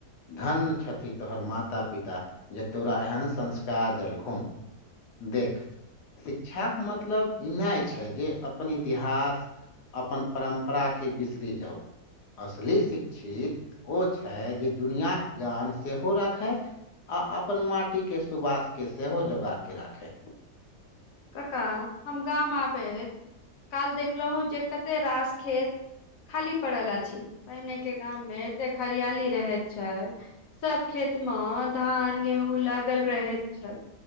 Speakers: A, on the left (about 85°); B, on the left (about 60°).
A: धन छथि तोहर माता पिता जे तोरा एहन संस्कार देलखुन देख शिक्षाके मतलब ई नाय छै जे अपन इतिहास अपन परम्परा परा के बिसिरि जाउ असली शिक्षित ओ छै जे दुनिआ के गान सेहो राखै आ अपन माटी के सुबास के सेहो जोगा के राखे
B: कक्का हम गाम आबेत काल देखलहुँ जे कते रास खेत खाली पड़ल अछी पहिनेके गाममे एते खरियाली रहैत छल सब खेत मऽ धान, गेहूँ लागल रहेत छैल